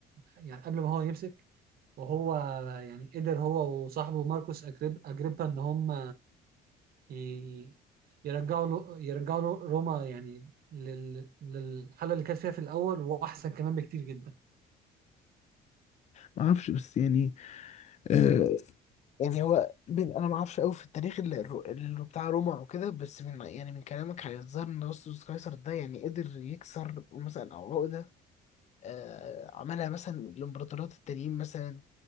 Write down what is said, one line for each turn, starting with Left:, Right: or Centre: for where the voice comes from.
Right: يعني قبل ما هو يمسك وهو يعني قدر هو وصاحبه ماركوس أجريب أجريبا إن هم ي- يرجعوا له يرجعوا له روما يعني لل... للحالة اللي كانت فيها في الأول وأحسن كمان بكتير جدا
Left: ما اعرفش بس يعني آه، يعني هو من انا ما اعرفش قوي في التاريخ اللي, اللي بتاع روما او كده بس من يعني من كلامك هيظهر ان اغسطس قيصر ده يعني قدر يكسر مثلا او عقده آه عملها مثلا الامبراطوريات التانيين مثلا